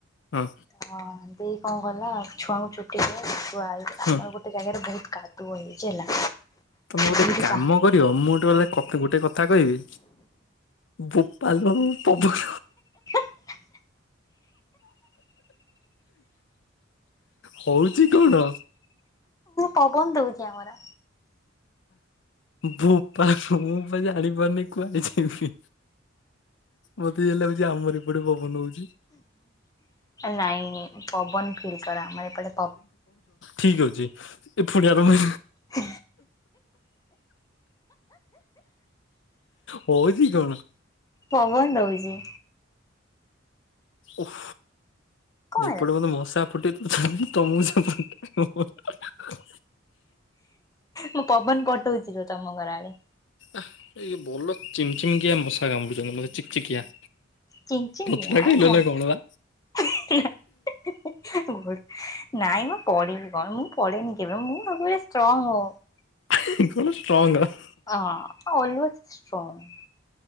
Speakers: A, on the left; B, on the left.
A: ହଁ
B: ତ ଦେଇ କଣ କଲା ଛୁଆଙ୍କୁ ଛୁଟିକଲା ଛୁଆଇ
A: ହଁ
B: ଆମର ଗୋଟେ ଜାଗାରେ ବହୁତ କାଦୁଅ ହେଇଛି ହେଲା।
A: ତମେ ଗୋଟେ
B: ବହୁତ
A: କାମ
B: କା
A: କରିବ ମୁଁ ଗୋଟେ କ ତତେ ଗୋଟେ କଥା କହିବି ବୋପାଲ ପବନ।
B: <inaudible>
A: ହଉଛି କଣ?
B: ପବନ ଦଉଚି ଆମର।
A: ବୋପାଳ ମୁଁ ଜାଣିପାରୁନି କୁଆଡେ ଯିବି? ମତେ ଯେମିତି ଲାଗୁଛି ଆମର ଏପଟେ ପବନ ହଉଚି।
B: ନାଇଁ ପବନ ଫିଲ୍ କର ମର ଏପଟେ
A: ଠିକ୍ ଅଛି ଏ ଫୁଡିଆ ପାଗ
B: ହ
A: ହଉଛି କଣ?
B: ପବନ ଦଉଚି।
A: ଓହ
B: କଣ
A: ଏପଟେ
B: ହେଲା
A: ମତେ ମଶା ଫୁଟେଇ ତମକୁ ସେପଟେ
B: ମୁଁ ପବନ ପଠଉଛି ରୁହ ତମ ଘର ଆଡେ।
A: ଆଇଏ ଭଲ ଚି ଚିମିକିଆ ମଶା କାମୁଡିୁଛନ୍ତି ମତେ ଚିକ ଚିକିଆ।
B: ଚ଼େଙ୍ଗ୍ ଚ଼େଙ୍ଗିଆ
A: ପତଳା ଖାଇଲ
B: ମସ୍।
A: ନା କଣ ବା
B: <unintelligible> ନାଇଁ ମ ପଡ଼ିବୁ କଣ ମୁଁ ପଡ଼େନି କେବେ ମୁଁ ସବୁବେଳେ ଷ୍ଟ୍ରଙ୍ଗ।
A: <unintelligible> ଷ୍ଟ୍ରଙ୍ଗ।
B: ଅଁ ଅଲୁୱେଜ୍ ଷ୍ଟ୍ରଙ୍ଗ୍।